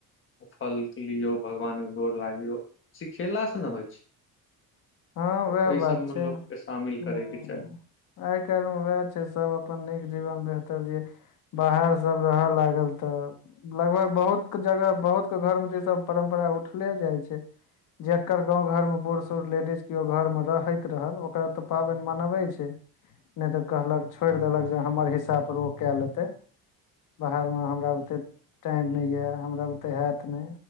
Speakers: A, on the left; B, on the left.
A: फलके लियौ भगवान कऽ गोर लागियौ सिखला सँ ने होइ छै <inaudible>
B: हँ
A: तऽ
B: उहे
A: ओहि
B: बात
A: सबमे
B: छै
A: लोक
B: <unintelligible>
A: के शामिल करे के चाही
B: आइ काइल म उहै छै सब अपन नीक जीवन बेहतर जी बाहर सब रह लागल तऽ लगभग बहुत कऽ जगह बहुत कऽ घरमे तऽ ई सब परम्परा उठले जाइ छै जेकर गाँव घर में बूढ़ सूढ़ लेडीज केओ घरमे रहैत रहल ओकरा तऽ पाबैन मनबै छै नै तऽ कहलक छोड़ देलक जे हमर हिसा पर ओ कए लेतै। बाहर मे हमरा बुते <inaudible> टाइम नै यऽ हमरा बुते हैत नैय